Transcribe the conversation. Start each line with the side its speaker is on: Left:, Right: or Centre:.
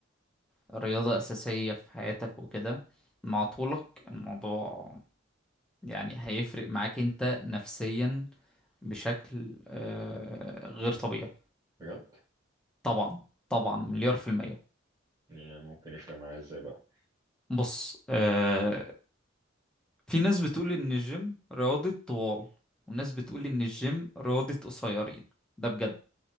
Centre: كرياضة أساسية في حياتك وكده مع طولك الموضوع يعني هيفرق معاك انت نفسيا بشكل آه، غير طبيعي
Right: بجد
Centre: طبعا طبعا مليار في المية
Right: يعني ممكن يفرق معايا إزاي بقى
Centre: بص آه، في ناس بتقول ان الجيم رياضة طوال وناس بتقول ان الجيم رياضة قصيرين ده بجد